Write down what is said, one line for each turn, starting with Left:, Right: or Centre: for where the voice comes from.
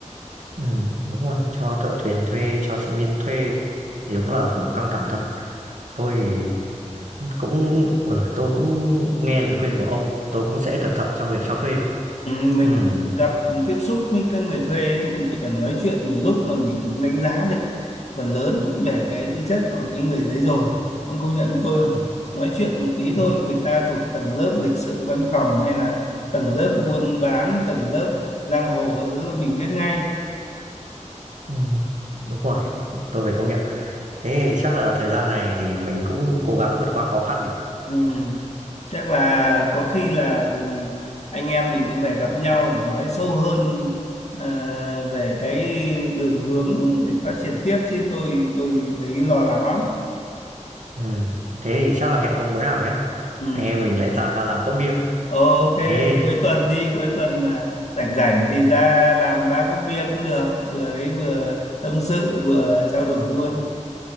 Right: ừm, đúng rồi, cho thợ thuyền thuê, cho sinh viên thuê thì đúng là, kiểu, căng thẳng thật. Tôi thì cũng ừ, tôi cũng nghe lời khuyên của ông, tôi cũng sẽ cẩn thận trong việc cho thuê.
Left: Ừ, mình
Right: Ừm,
Left: gặp tiếp xúc với các người thuê ấy, mình chỉ cần nói chuyện một lúc là mình cũng đánh giá được phần lớn về cái tư chất của cái người đấy rồi ông công nhận với tôi không
Right: ừm,
Left: nói chuyện một tí
Right: đúng.
Left: thôi người ta thuộc tầng lớp lịch sự văn phòng hay là tầng lớp buôn bán tầng lớp giang hồ các thứ là mình biết ngay
Right: Ừm, đúng rồi, tôi phải công nhận. Thế thì chắc là thời gian này thì mình cũng cố gắng vượt qua khó khăn nhỉ?
Left: ừ. chắc là có khi là ừ, anh em mình cũng phải gặp nhau để nói sâu hơn à, về cái đường hướng để phát triển tiếp chứ tôi tôi thấy lo lắng lắm
Right: Ừm, thế thì chắc là hẹn ông bữa nào nhá,
Left: ừ.
Right: anh em mình lại ra làm cốc bia.
Left: Ok,
Right: Thế
Left: cuối tuần đi, cuối tuần mà rảnh rảnh thì ra làm ba cốc bia cũng được, vừa đấy vừa tâm sự vừa trao đổi luôn.